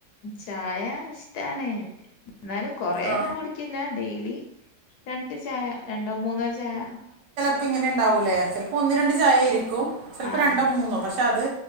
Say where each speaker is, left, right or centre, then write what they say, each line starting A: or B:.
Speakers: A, on the left; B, on the right.
A: ചായ ഇഷ്ടണേ എന്നാലും കൊറേയൊ
B: ആ
A: ന്നും കുടി പിന്ന ഡെയിലി രണ്ട് ചായ രണ്ടോ മൂന്നോ ചായ
B: ഇപ്പ ഇങ്ങനെ ഉണ്ടാവൂലേ ചിലപ്പോ ഒന്ന് രണ്ട് ചായയായിരിക്കും ചിലപ്പോ
A: ആഹ്
B: രണ്ടോ മൂന്നോ പക്ഷെ പക്ഷെ അത്